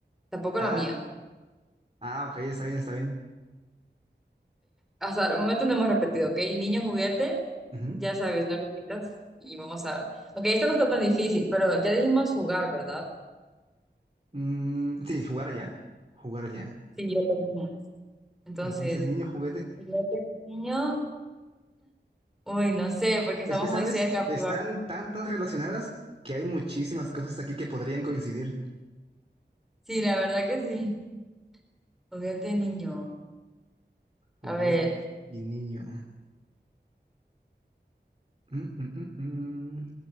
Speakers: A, in the centre; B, on the right.
A: Tampoco
B: Ah,
A: la mía.
B: ah, ok, está bien, está bien.
A: Hasta el momento no hemos repetido, ¿ok? Niño juguete,
B: Ujú.
A: Ya sabes, no repitas y vamos a... Ok, esto no está tan difícil, pero ya dijimos jugar, ¿verdad?
B: Mm, sí, jugar ya. Jugar ya.
A: Sí, yo lo mismo. Entonces,
B: Entonces, niño juguete.
A: ¿juguete de niño? Uy, no sé, porque estamos
B: Es que, ¿sabes?
A: muy cerca,
B: Están
A: pero...
B: tan, tan relacionadas que hay muchísimas cosas aquí que podrían coincidir.
A: Sí, la verdad que sí. Juguete de niño.
B: Juguete
A: A ver,
B: y niño. Mm, mm, mm, mm.